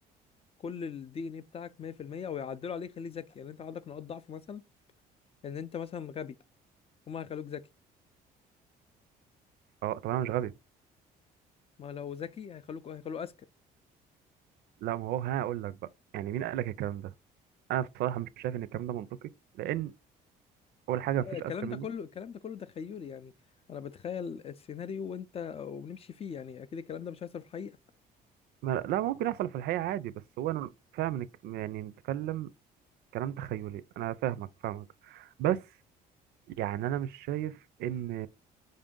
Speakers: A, on the left; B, on the right.
A: كل الدي ان ايه بتاعك 100% ويعدلوا عليه يخليه ذكي يعني انت عندك نقاط ضعف مثلا ان انت مثلا غبي هما هيخلوك ذكي
B: اه طب انا مش غبي
A: ما لو ذكي هيخلوك هيخلوه اذكى
B: لا ما هو هقول لك بقى يعني مين قال لك الكلام ده انا بصراحه مش شايف ان الكلام ده منطقي لان اول حاجه
A: لا
B: مفيش
A: الكلام
B: اذكى مني
A: ده كله الكلام ده كله تخيلي يعني انا بتخيل السيناريو وانت وبنمشي فيه يعني اكيد الكلام ده مش هيحصل في الحقيقه
B: ما لا ممكن يحصل في الحقيقه عادي بس هو انا فعلا منك- يعني نتكلم كلام تخيلي انا فاهمك فاهمك بس يعني انا مش شايف ان